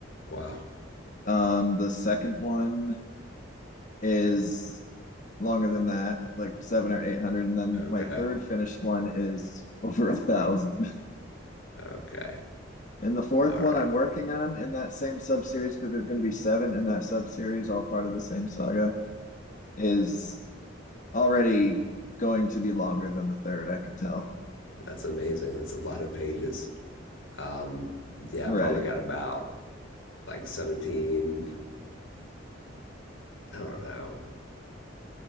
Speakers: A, on the left; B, on the left.
A: Wow.
B: Um, the second one is longer than that, like seven or eight hundred. And then
A: Okay.
B: my third finished one is <laughs> over a thousand.
A: Okay.
B: And the fourth
A: All
B: one
A: right.
B: I'm working on in that same sub series, because there's going to be seven in that sub series, all part of the same saga, is already going to be longer than the third. I can tell.
A: That's amazing. That's a lot of pages. Um, yeah,
B: Right.
A: I probably got about like 17, I don't know.